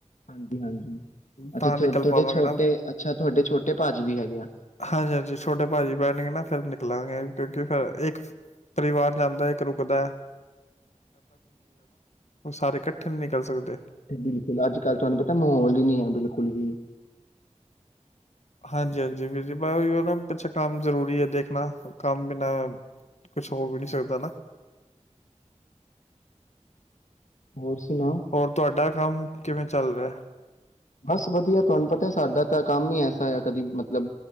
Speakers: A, on the left; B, on the left.
A: ਹਾਂਜੀ ਹਾਂਜੀ ਅੱਛਾ
B: ਤਾਂ ਨਿਕਲ
A: ਤੁ ਤੁਹਾਡੇ
B: ਪਾਵਾਂਗੇ
A: ਛੋਟੇ
B: ਨਾ
A: ਅੱਛਾ ਤੁਹਾਡੇ ਛੋਟੇ ਭਾਜੀ ਵੀ ਹੈਗੇ ਆ
B: ਹਾਂਜੀ ਹਾਂਜੀ ਛੋਟੇ ਭਾਜੀ ਬਹਿਣਗੇ ਨਾ ਫਿਰ ਨਿਕਲਾਂਗੇ ਕਿਉਂਕਿ ਫਿਰ ਇੱਕ ਪਰਿਵਾਰ ਜਾਂਦਾ ਇੱਕ ਰੁਕਦਾ ਕੁਦਾ ਸਾਰੇ ਇਕੱਠੇ ਨਹੀਂ ਨਿਕਲ ਸਕਦੇ।
A: ਬਿਲਕੁਲ ਅੱਜ ਕੱਲ ਤੁਹਾਨੂੰ ਪਤਾ ਮਾਹੌਲ ਹੀ ਨੀ ਹੈ ਬਿਲਕੁਲ ਵੀ
B: ਹਾਂਜੀ ਹਾਂਜੀ ਵੀਰ ਜੀ ਉਹੀ ਨਾ ਪਿੱਛੇ ਕੰਮ ਜ਼ਰੂਰੀ ਹੈ ਦੇਖਣਾ ਕੰਮ ਬਿਨਾ ਕੁਛ ਹੋ ਵੀ ਨਹੀਂੀ ਸਕਦਾ ਨਾ
A: ਹੋਰ ਸੁਣਾਓ
B: ਹੋਰ ਤੁਹਾਡਾ ਕੰਮ ਕਿਵੇਂ ਚੱਲ ਰਿਹਾ
A: ਬਸ ਵਧੀਆ ਤੁਹਾਨੂੰ ਪਤਾ ਸਾਡਾ ਤਾਂ ਕੰਮ ਹੀ ਐਸਾ ਆ ਕਦੀ ਮਤਲਬ